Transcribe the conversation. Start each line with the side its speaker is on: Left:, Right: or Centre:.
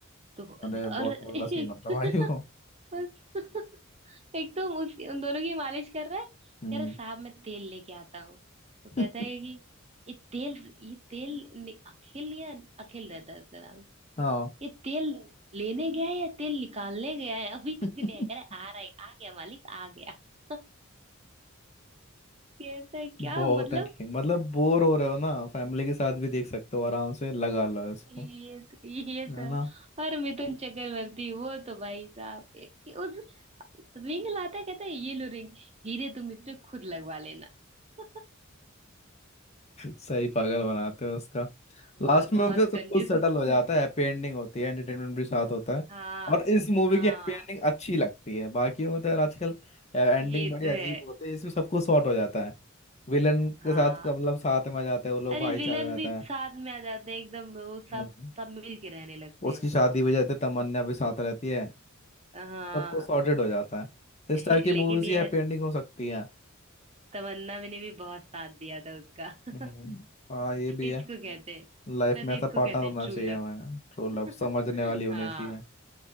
Right: तो
Left: अरे बहुत
Right: और एक
Left: बड़ा सीन होता है भाई
Right: <laughs>
Left: वो
Right: एक तो उसकी उन दोनों की मालिश कर रहा है
Left: हम्म
Right: कह रहा साहब मैं तेल लेके आता हूँ वो कहता
Left: <laughs>
Right: है कि ये तेल ये तेल नि- अखिल या अखिल रहता है उसका नाम
Left: हाँ
Right: ये तेल लेने गया है या तेल निकालने गया है अभी
Left: <laughs>
Right: तक नहीं आया। कह रहा है, आ रहा है आ गया मालिक आ गया <laughs> कहता है क्या
Left: बहुत
Right: मतलब
Left: एंटरटेनिंग मतलब बोर हो रहे हो ना फैमिली के साथ भी देख सकते हो आराम से लगा लो इसको
Right: ये तो ये तो
Left: है
Right: है
Left: ना
Right: और मिथुन चक्रवर्ती वो तो भाई साहब रिंग लाता है, कहता है ये लो रिंग हीरे तुम इस पे खुद लगवा लेना <laughs>
Left: सही पागल बनाते हैं उसका
Right: बहुत
Left: लास्ट में
Right: बहुत
Left: फिर सब
Right: कंजूस
Left: कुछ सेटल हो जाता
Right: <laughs>
Left: है हैप्पी एंडिंग होती है एंटरटेनमेंट भी साथ होता है
Right: हाँ
Left: और इस मूवी
Right: हाँ
Left: की हैप्पी एंडिंग अच्छी लगती है बाकी में तो यार आजकल एंडिंग
Right: ये
Left: बड़ी
Right: तो
Left: अजीब
Right: है
Left: होती है इसमें सब कुछ सॉर्ट हो जाता है विलन के
Right: हाँ
Left: साथ मतलब साथ में आ जाते हैं वो लोग
Right: अरे
Left: भाईचारे
Right: विलन
Left: में रहते
Right: भी
Left: हैं
Right: साथ में आ जाते हैं एकदम वो सब
Left: हम्म।
Right: सब मिल के रहने लगते
Left: उसकी
Right: हैं
Left: शादी भी जाती है तमन्ना भी साथ रहती है
Right: हाँ
Left: सबको सॉर्टेड हो जाता है
Right: <laughs>
Left: इस टाइप की
Right: लेकिन
Left: मूवीज
Right: ये
Left: की हैप्पी
Right: है
Left: एंडिंग हो सकती है
Right: तमन्ना मैंने भी बहुत साथ दिया था उसका <laughs>
Left: हम्म। हाँ ये भी
Right: इसको
Left: है
Right: कहते हैं
Left: लाइफ
Right: वैसे
Left: में ऐसा
Right: इसको
Left: पार्टनर
Right: कहते
Left: होना
Right: हैं ट्रू
Left: चाहिए
Right: लव
Left: हमें ट्रू लव
Right: <laughs>
Left: समझने वाली होनी
Right: हाँ
Left: चाहिए